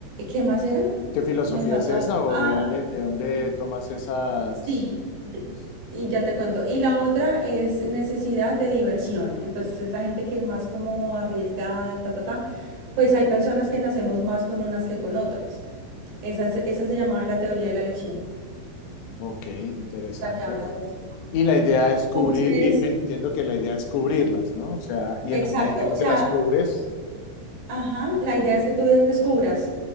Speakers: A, on the right; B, on the left.
A: ¿qué más era?
B: ¿Qué filosofía
A: Me falta
B: es esa
A: algo.
B: o
A: Ah,
B: de dónde, de dónde tomas esas?
A: sí.
B: esas-
A: Y ya te cuento. Y la otra es necesidad de diversión. Entonces es la gente que es más como arriesgada, ta, ta, ta. Pues hay personas que nacemos más con unas que con otras. Esa, es- esa se llamaba la teoría de la elección,
B: Ok, interesante.
A: la que habla de eso.
B: Y la idea es cubrir,
A: Entonces,
B: y me entiendo que la idea es cubrirlas, ¿no? O sea, y
A: exacto.
B: en la medida en
A: O
B: que
A: sea,
B: las cubres,
A: ajá, la idea es que tú descubras